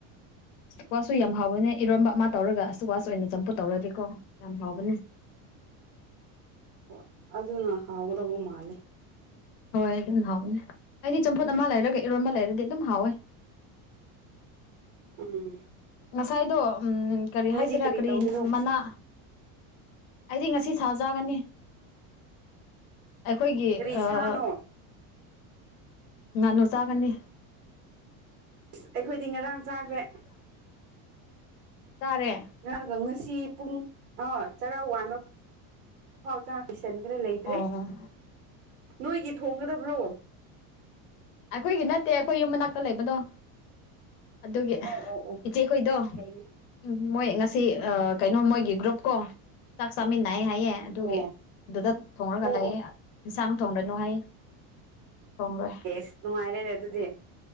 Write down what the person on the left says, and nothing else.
ꯢꯋꯥꯁꯁꯨ ꯌꯥꯝ ꯍꯥꯎꯕꯅꯦ ꯏꯔꯣꯟꯝꯕ ꯑꯃ ꯇꯧꯔꯒ ꯢꯋꯥꯁ ꯑꯣꯏꯅ ꯆꯝꯐꯨꯠ ꯇꯧꯔꯗꯤꯀꯣ ꯌꯥꯝ ꯍꯥꯎꯕꯅꯦ
ꯍꯣꯏ ꯑꯗꯨꯝ ꯍꯥꯎꯕꯅꯦ ꯑꯩꯗꯤ ꯆꯝꯐꯨꯠ ꯑꯃ ꯂꯩꯔꯒ ꯏꯔꯣꯟꯕ ꯂꯩꯔꯗꯤ ꯑꯗꯨꯝ ꯍꯥꯎꯋꯦ
ꯉꯁꯥꯏꯗꯣ ꯎꯝ ꯀꯔꯤ
ꯍꯥꯏꯁꯤꯔꯥ ꯀꯔꯤ
ꯃꯅꯥ ꯑꯩꯗꯤ ꯉꯁꯤ ꯁꯥ ꯆꯥꯒꯅꯤ ꯑꯩꯈꯣꯏꯒꯤ
ꯑꯥ
ꯉꯥꯅꯨ ꯆꯥꯒꯅꯤ
ꯆꯥꯔꯦ
ꯑꯣ
ꯑꯩꯈꯣꯏꯒꯤ ꯅꯠꯇꯦ ꯑꯩꯈꯣꯏ ꯌꯨꯝ ꯃꯅꯥꯛꯇ ꯂꯩꯕꯗꯣ ꯑꯗꯨꯒꯤ
ꯏꯆꯦꯈꯣꯏꯗꯣ
ꯎꯝ ꯃꯣꯏ ꯉꯁꯤ
ꯀꯩꯅꯣ ꯃꯣꯏꯒꯤ ꯒ꯭ꯔꯨꯞ ꯀꯣ ꯆꯥꯛ ꯆꯥꯃꯤꯟꯅꯩ ꯍꯥꯏꯌꯦ ꯑꯗꯨꯒꯤ
ꯑꯗꯨꯗ ꯊꯣꯡꯉꯒ
ꯑꯩꯌꯦ ꯌꯦꯟꯁꯥꯡ ꯊꯣꯡꯂꯅꯨ ꯍꯥꯏꯌꯦ ꯊꯣꯡꯂꯣꯢ